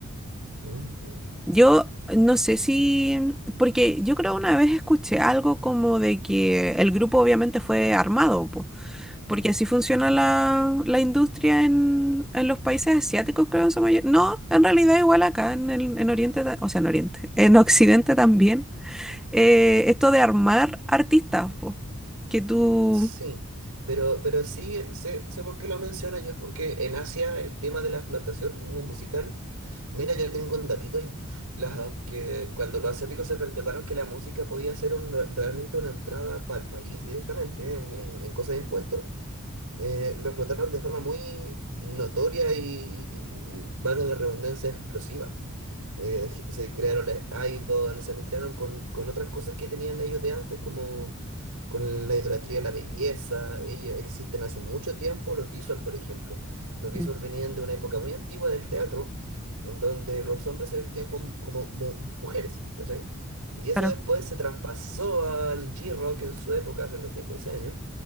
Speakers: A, on the right; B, in the centre.
A: Mm.
B: Yo no sé si, porque yo creo una vez escuché algo como de que el grupo obviamente fue armado, po. Porque así funciona la, la industria en, en los países asiáticos, creo, en su mayoría. No, en realidad igual acá en, el- en Oriente, ta- o sea, en Oriente, en Occidente también. eh, esto de armar artistas, po, que tú...
A: Sí, pero, pero sí, sé, sé por qué lo mencionas yo, porque en Asia el tema de la explotación mu- musical Mira, yo tengo un datito ahí. Las- que cuando los asiáticos se percataron que la música podía ser un- realmente una entrada para el país directamente en, en, en cosas de impuestos, eh, lo explotaron de forma muy notoria y, y- y- valga la redundancia, explosiva. Eh, se crearon las idols, se mezclaron con, con otras cosas que tenían ellos de antes, como con la idolatría a la belleza. Ellos existen hace mucho tiempo, los visual, por ejemplo. Los visual
B: Mm.
A: venían de una época muy antigua del teatro, en donde los hombres se vestían como, como mu- mujeres, ¿cachai? Y eso
B: Claro.
A: después se traspasó al G-Rock en su época, hace unos diez quince años